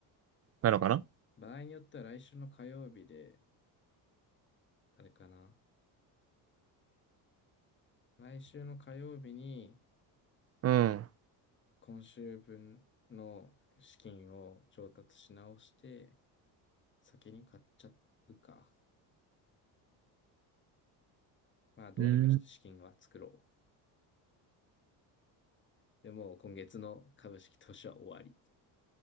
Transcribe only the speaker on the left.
場合によっては来週の火曜日で、あれかな。来週の火曜日に、
今週分の資金を調達し直して、先に買っちゃうか。まあ、どうにかして資金は作ろう。
でも、今月の株式投資は終わり。